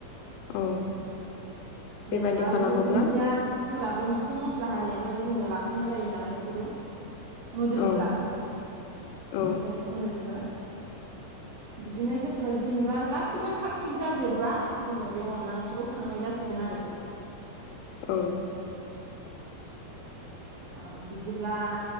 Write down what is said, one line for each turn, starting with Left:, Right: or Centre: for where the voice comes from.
Left: औ। बेबायदि
Right: जेनेबा
Left: खालामोब्ला
Right: बेफोर दुन्दियाफोराबो मोनसे मस्ला हारियावनो जोंङो लाफानाय जायो नालाय बेखौबो मोदोमग्रा
Left: औ औ
Right: जायखौ होनो जोंङो
Left: <inaudible>
Right: बिदिनो जोंङो जेनेबा गासिबो थाग थिग जाजोबबा जोंङो बे अनला ओंख्रिखौ खांनाय जा सिगोन आरो।
Left: औ।
Right: औ बिदिब्ला